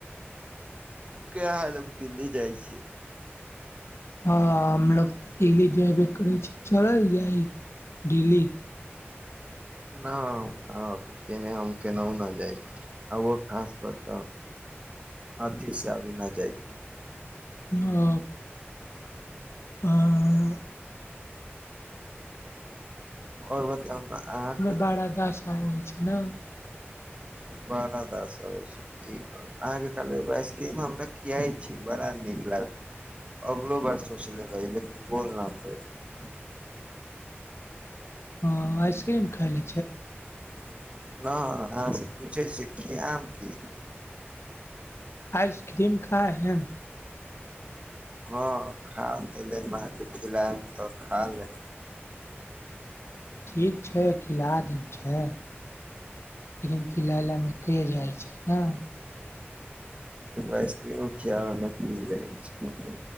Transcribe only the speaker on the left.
हँ हमलोग दिल्ली जेबे करै छी चलल जाइ दिल्ली
आ आ
बारा दशा होइ छै ने
ह आइसक्रीम खायले
आइसक्रीम खा हे
ठीक छै खिला देब छै फिलम क लालामे कहि जाइ छै ने